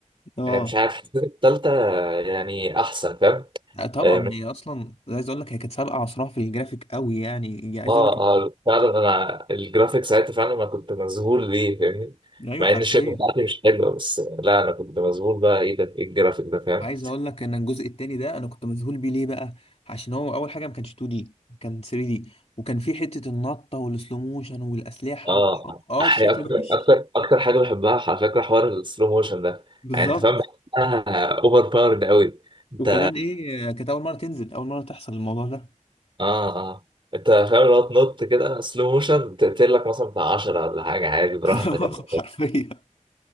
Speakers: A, on the left; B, on the right.
A: اه
B: آه، مش عارف حسيت التالتة آه، يعني أحسن فاهم
A: آه، طبعا
B: آه،
A: هي اصلا عايز اقول لك هي كانت سابقه عصرها في الجرافيك قوي يعني هي عايز
B: اه
A: اقول لك
B: اه فعلا انا الجرافيك ساعتها فعلا انا كنت مذهول ليه فاهمني
A: ايوه
B: مع
A: حرفيا
B: ان الشركه بتاعتي مش حلوه بس لا انا كنت مذهول بقى ايه ده ايه الجرافيك ده فاهم
A: عايز اقول لك ان الجزء التاني ده انا كنت مذهول بيه ليه بقى عشان هو اول حاجه ما كانش 2 دي كان 3 دي وكان في حته النطه والسلو موشن والاسلحه
B: اه
A: اه
B: أحي-
A: الشكل
B: اكتر
A: وحش
B: اكتر اكتر حاجه بحبها على فكره حوار السلو موشن ده
A: بالظبط
B: يعني انت فاهم بحسها اوفر باورد قوي انت
A: وكمان ايه كانت اول مره تنزل اول مره تحصل الموضوع ده
B: اه اه انت فاهم لو تنط كده سلو موشن تقتل لك مثلا بتاع 10 ولا حاجه عادي براحتك
A: <laughs>
B: <laughs> انت.
A: حرفيا